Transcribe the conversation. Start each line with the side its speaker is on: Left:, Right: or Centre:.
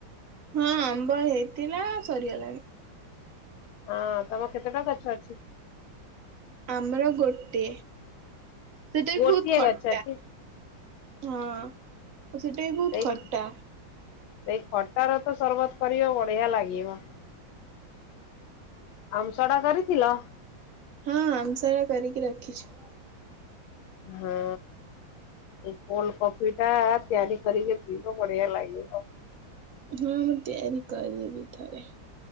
Right: ହଁ ଆମ୍ବ ହେଇଥିଲା ସରିଗଲାଣି।
Left: ହଁ ତମର କେତେଟା ଗଛ ଅଛି?
Right: ଆମର ଗୋଟେ ସେଟା
Left: ଗୋଟିଏ
Right: ବି ବହୁତ ଖଟା।
Left: ଗଛ ଅଛି
Right: ହଁ ସେଟା ବି ବହୁତ
Left: ସେଇ
Right: ଖଟା।
Left: ସେଇ ଖଟା ର ତ ସରବତ୍ କରିବ ବଢିଆ ଲାଗିବ। ଆମ୍ବସଡା କରିଥିଲ?
Right: ହଁ ଆମ୍ ସରା କରିକି ରଖିଛୁ।
Left: ହଁ। ଏଇ କୋଲଡ କଫି ଟା ତିଆରି କରିକି ପିଇବ ବଢିଆ ଲାଗିବ।
Right: ହଁ ମୁଁ ତିଆରି କରିଦେବି ଥରେ।